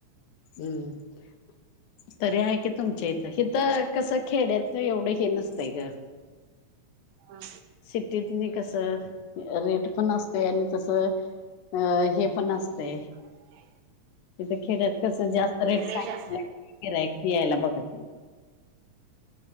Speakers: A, on the left; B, on the right.
A: हम् तरी आहे कि तुमच्या इथं हथ कसं खेड्यात एवढं हे नसतंय ग
B: हम
A: सिटीतनी कसं रेट पण असते आणि तसं अ हे पण असते
B: ह
A: तिथं खेड्यात कस जास्त रेट सांगय
B: लय जास्त आहे
A: क यायला बघत नाही